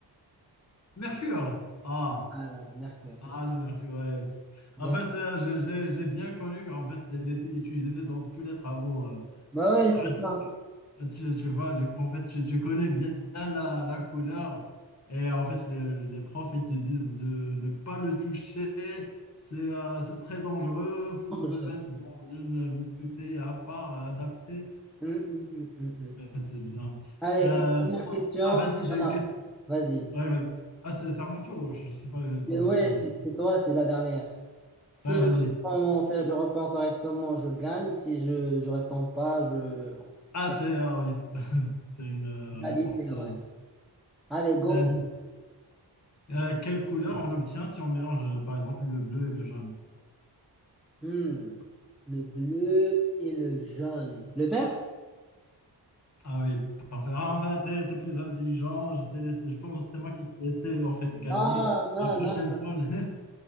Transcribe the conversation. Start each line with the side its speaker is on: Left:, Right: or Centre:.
Left: <laughs> Mercure. Ah,
Centre: Ah là, le mercure,
Left: ah
Centre: c'est ça.
Left: le mercure, ouais.
Centre: Bien.
Left: En fait, euh, je, je l'ai je l'ai bien connu. En fait, c'est il est utilisé dans tous les travaux euh,
Centre: Bah ouais,
Left: pratiques.
Centre: c'est ça.
Left: Tu, tu vois, du coup, en fait, tu, tu connais bien la, la couleur. Et en fait, les, les profs, ils te disent de ne pas le toucher. C'est euh, c'est très dangereux. faut
Centre: Hum,
Left: le mettre dans une bouteille à part, adaptée.
Centre: hum, hum, hum, hum. hum.
Left: Ouais, C'est bien.
Centre: Allez,
Left: Euh,
Centre: et une dernière question.
Left: ah, vas-y, j'ai
Centre: On
Left: une
Centre: a-
Left: question.
Centre: Vas-y.
Left: Ouais, vas-y. Ah, c'est c'est à mon tour. ouais, Je sais pas le, le
Centre: C'est- Ouais,
Left: tour
Centre: c'est
Left: de qui.
Centre: c'est toi, c'est la dernière. Si
Left: Ouais,
Centre: je
Left: vas-y.
Centre: réponds, mon- si je réponds correctement, je gagne. Si je je réponds pas, je...
Left: Ah,
Centre: Bon,
Left: c'est ah oui, c'est une euh,
Centre: Égalité,
Left: réponse.
Centre: ouais.
Left: euh.
Centre: Allez, go.
Left: Euh, du- euh, quelle couleur on obtient si on mélange, euh, par exemple, le bleu et le jaune?
Centre: Hmm. Le bleu et le jaune. Le vert?
Left: Ah oui, parfait. Ah, en fait, t'es, t'es plus intelligent. Je t'ai laissé, je pense que c'est moi qui t'ai laissé en fait gagner.
Centre: Ah, non,
Left: La prochaine
Centre: non, non.
Left: fois, je-